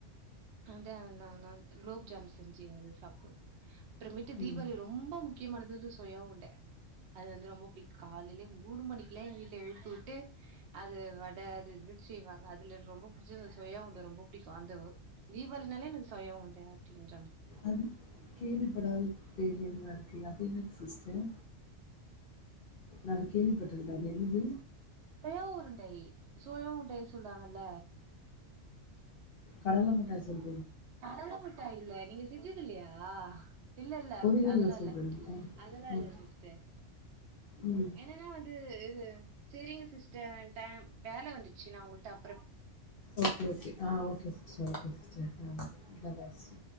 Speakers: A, on the right; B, on the left.
A: அந்தே நா நான் குளோப்ஜாம் செஞ்சு அது சாப்டுவோ அப்புறமேட்டு தீபாவளி
B: ம்.
A: ரொம்போம் முக்கியமானது வந்து சொயா உருண்ட அது வந்து ரொம்போ புடிக்கு காலிலயே மூணு மணிக்குல்லா எங்க வீட்ல எழுப்பு உட்டு அது வட அது இது செய்வாங்க அதுல ரொம்ப புடுச்சது சொயா உருண்ட ரொம்போ புடிக்கு அந்தவு தீபாவளினாலே எனக்கு சொயா உருண்ட அப்டின்
B: அது கேள்வி படதா பேருலருந்தா இருக்கு அதென்ன சிஸ்டர் நான் கேள்விப்பட்டதுல அது என்னது
A: சொயா உருண்டை சோயா உருண்டை சொல்லுவாங்கல்ல
B: கடல மிட்டாய் சொல்
A: கடல முட்டாய் இல்ல நீங்க செஞ்சது இல்லையா இல்ல இல்ல
B: பொரியல்ல
A: அதெல்லா
B: சொல்றீங்களா?
A: இல்ல அதெல்லா
B: ம்,
A: இல்ல சிஸ்டர்
B: ம்.
A: என்னன்னா வந்து து சேரிங்க சிஸ்டர் டேம் வேல வந்துருச்சு நா உங்கள்ட அப்
B: ஓகே ஓகே ஆ ஓகே ஓகேங்க ம் ம் லதாஸ்ஸ்ரீ